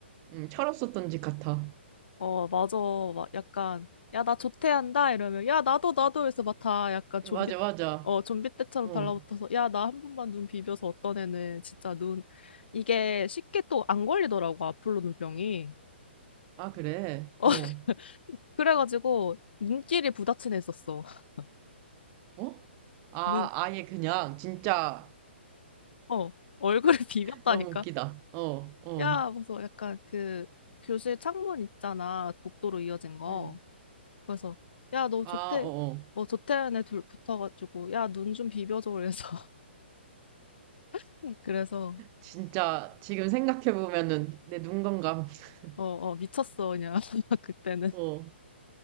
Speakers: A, on the right; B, on the left.
A: 음, 철없었던 짓 같아.
B: 어 맞아 막 약간 야 나 조퇴한다 이러면 야 나도 나도 그래서 막 다 약간 좀비
A: 맞아, 맞아.
B: 어 좀비 때처럼
A: 어.
B: 달라붙어서 야 나 한 번만 눈 비벼서 어떤 애는 진짜 눈 이게 쉽게 또 안 걸리더라고 아폴로 눈병이.
A: 아, 그래.
B: 어
A: 어.
B: <laughs> 그래가지고 눈길이 부딪힌 애 있었어. <laughs>
A: 어? 아,
B: 눈
A: 아예 그냥, 진짜,
B: 어 얼굴에 <laughs> 비볐다니까.
A: 너무 웃기다. 어, 어.
B: 야, 그래서 약간 그 교실 창문 있잖아. 복도로 이어진 거.
A: 음.
B: 그래서 야, 너
A: 아,
B: 조태
A: 어, 어.
B: 뭐 조태현에 둘 붙어가지고 야, 눈 좀 비벼줘 그래서 <laughs> 그래서
A: 진짜, 지금 생각해보면은 내 눈 건강. <laughs>
B: 어, 어 미쳤어 그냥 <laughs> 그때는.
A: 어.